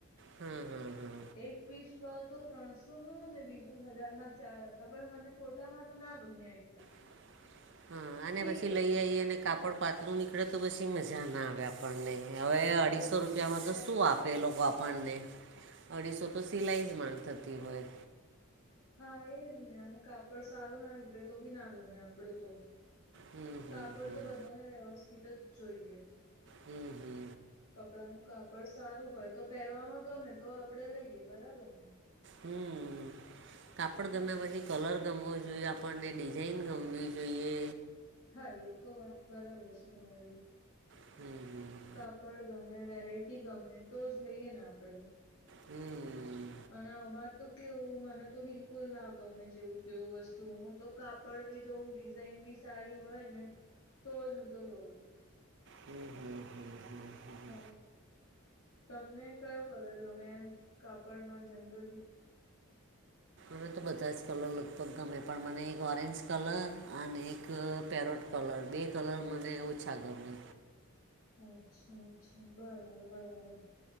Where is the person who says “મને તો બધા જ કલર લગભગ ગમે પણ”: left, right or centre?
Right